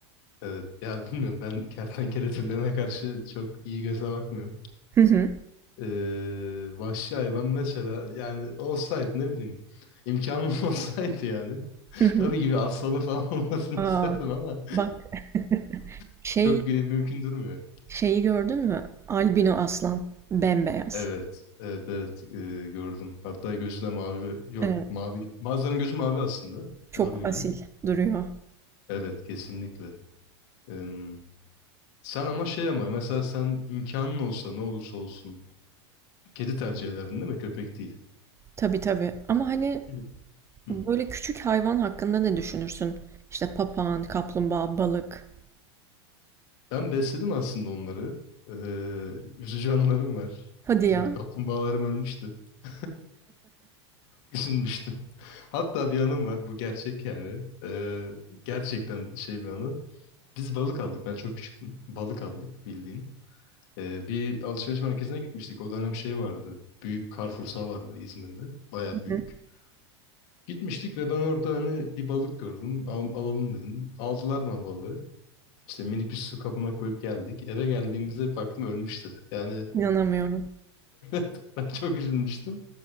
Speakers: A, on the left; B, on the right.
A: evet ya bilmiyorum ben kertenkele türlerine karşı çok iyi göze bakmıyorum
B: Hı hı.
A: Ee, vahşi hayvan mesela yani olsaydı ne bileyim imkanım <laughs> olsaydı yani <laughs>
B: Hı hı.
A: tabii ki bir aslanı falan <laughs> olmasını
B: A!
A: isterdim ama
B: Bak, <laughs> şey
A: <laughs> çok e, mümkün durmuyor.
B: şeyi gördün mü? Albino aslan. Bembeyaz.
A: Evet, evet, evet e, gördüm. Hatta gözü de mavi. Yok,
B: Evet,
A: mavi. Bazılarının gözü mavi aslında.
B: çok
A: Var öyle.
B: asil duruyor.
A: Evet, kesinlikle. Em, sen ama şey ama mesela sen imkanın olsa ne olursa olsun kedi tercih ederdin değil mi? Köpek değil.
B: Tabii, tabii. Ama, hani,
A: Evet. Hı.
B: böyle, küçük hayvan hakkında ne düşünürsün? İşte, papağan, kaplumbağa, balık.
A: Ben besledim aslında onları. Ee, üzücü anılarım var.
B: Hadi ya.
A: Benim kaplumbağalarım ölmüştü. <laughs> Düşünmüştüm. <laughs> Hatta bir anım var. Bu gerçek yani. Ee, gerçekten şey bir anı. Biz balık aldık. Ben çok küçüktüm. Balık aldık bildiğin. Ee, bir alışveriş merkezine gitmiştik. O dönem şey vardı. Büyük Carrefour'sa vardı İzmir'de. Baya
B: Hı
A: büyük.
B: hı.
A: Gitmiştik ve ben orada hani bir balık gördüm. Al- alalım dedim. Aldılar bana balığı. İşte minik bir su kabına koyup geldik. Eve geldiğimizde bir baktım ölmüştü. Yani
B: İnanamıyorum.
A: <laughs> ben çok üzülmüştüm.